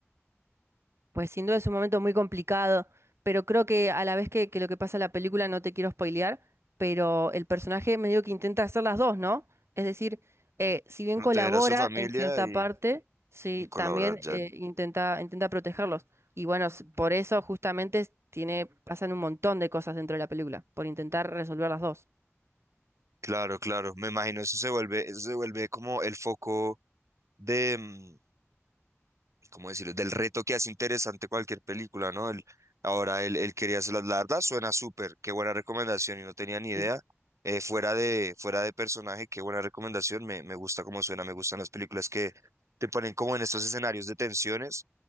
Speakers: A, on the right (about 60°); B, on the right (about 85°).
A: Pues sin duda es un momento muy complicado, pero creo que a la vez que, que lo que pasa en la película no te quiero spoilear, pero el personaje medio que intenta hacer las dos, ¿no? Es decir, eh, si bien
B: Proteger
A: colabora
B: a su familia
A: en cierta
B: y,
A: parte, sí,
B: y colaborar
A: también
B: ya.
A: eh, intenta, intenta protegerlos. Y bueno, s- por eso justamente s- tiene, pasan un montón de cosas dentro de la película, por intentar resolver las dos.
B: Claro, claro. Me imagino eso se vuelve, eso se vuelve como el foco de, mm, ¿cómo decirlo? Del reto que hace interesante cualquier película, ¿no? El- ahora él, él quería hacerlas, la verdad suena súper, qué buena recomendación y no tenía ni idea.
A: Sí.
B: Eh, fuera de, fuera de personaje, qué buena recomendación, me, me gusta cómo suena, me gustan las películas que te ponen como en estos escenarios de tensiones,